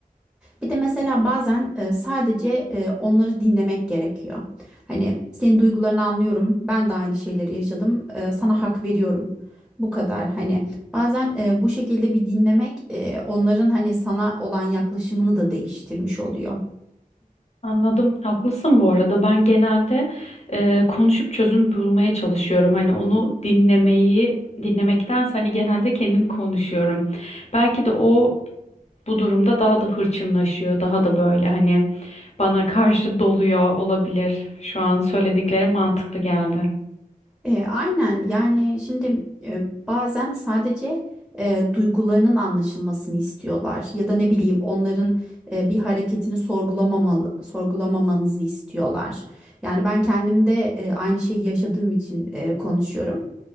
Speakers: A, in the centre; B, on the left.
A: Bir de mesela bazen e, sadece e, onları dinlemek gerekiyor. Hani senin duygularını anlıyorum. Ben de aynı şeyleri yaşadım. e, sana hak veriyorum. Bu kadar hani bazen e, bu şekilde bir dinlemek e, onların hani sana olan yaklaşımını da değiştirmiş oluyor.
B: Anladım. Haklısın bu arada. Ben genelde e, konuşup çözüm bulmaya çalışıyorum. Hani onu dinlemeyi dinlemektense hani genelde kendim konuşuyorum. Belki de o bu durumda daha da hırçınlaşıyor. Daha da böyle hani bana karşı doluyor olabilir. Şu an söylediklerim mantıklı geldi.
A: E, aynen yani şimdi e, bazen sadece e, duygularının anlaşılmasını istiyorlar ya da ne bileyim onların e, bir hareketini sorgulamamalı, sorgulamamanızı istiyorlar. Yani ben kendimde e, aynı şeyi yaşadığım için e, konuşuyorum.